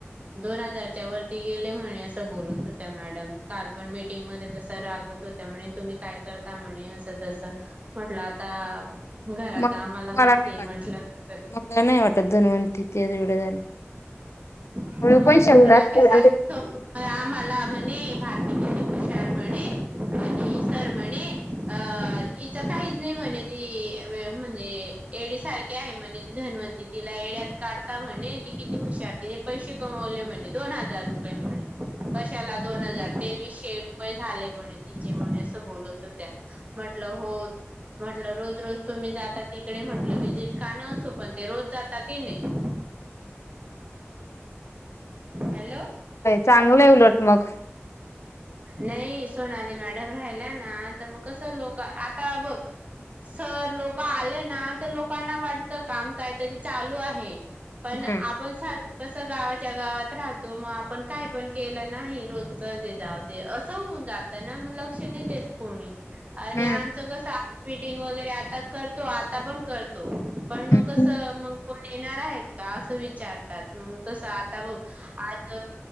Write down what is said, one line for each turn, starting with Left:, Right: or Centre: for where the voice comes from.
Right: दोन हजारच्या वरती गेले म्हणे असं बोलत होत्या मॅडम काल पण मीटिंग मध्ये तसं रागवत होत त्या म्ह तुम्ही काय करता म्हणे असं तस म्हटलं आता घराच
Left: मला
Right: आम्हाला माहिती
Left: मला नाही वाटत
Right: म्हटलं
Left: मला नाही वाटत दनवण तिथे एवढे झाले
Right: हम्
Left: मिळू पण शकतात
Right: राकेश
Left: पुढं.
Right: आम्हाला म्हणे भारती खशार म्हणे आणि म्हणे अ इच काहीच नाही म्हणे ती म्हणजे एडी सारखी आहे म्हणे ती धनवंती तिला येड्यात काढता म्हणे ती किती हुशार त्याने पैसे कमवले म्हणे दोन हजार रुपये म्हणे कशाला दोन हजार तेवीसशे रुपये झाले म्हणे तिचे म्हणे अस बोलत होत्या म्हटलं होत म्हटलं रोज रोज तुम्ही जाता तिकडे म्हटलं वि्हिजिट काणं असो पण ते रोज जाता की नाही <inaudible> हॅलो
Left: चांगलं आहे उलट मग
Right: नाही सोनाली मॅडम राहिल्या ना तर मग कसं लोक आता बघ सर लोक आले ना तर लोकांना वाटत काम कायतरी चालू आहे पण
Left: हम्म
Right: आपण सारख कस गावाच्या गावात राहतो मग आपण काही पण केलं नाही रोज सजे जाऊ दे असं होऊन जात ना मग लक्ष नाही देत कोणी आणि
Left: हम्म
Right: आमचं कस मीटिंग वगैरे आता करतो आता पण करतो पण मग
Left: हम्म.
Right: कसं मग कोण येणार आहेत का असं विचारतात मग तसं आता बघ आज